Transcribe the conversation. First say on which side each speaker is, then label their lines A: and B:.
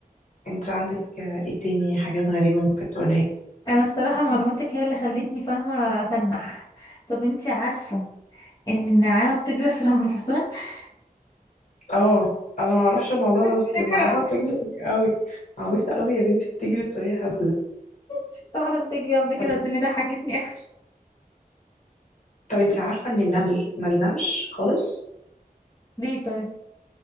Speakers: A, on the left; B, on the left.
A: انت عندك آه، ايه تاني حاجات غريبة ممكن تقولها لي
B: انا الصراحة معلوماتك هي اللي خلتني فاهمة اتنح طب انتي عارفة ان النعامة بتجري اسرع من الحصان <laughs>
A: اه انا ما اعرفش الموضوع
B: مضحكة
A: ده بس النعامة
B: أوي.
A: بتجري سريع قوي عبيطة قوي يا بنتي بتجري بطريقة هبلة
B: شفت واحدة بتجري قبل
A: طب
B: كده قدامي ضحكتني اوي
A: طب انت عارفة ان النمل ما بينامش خالص
B: ليه طيب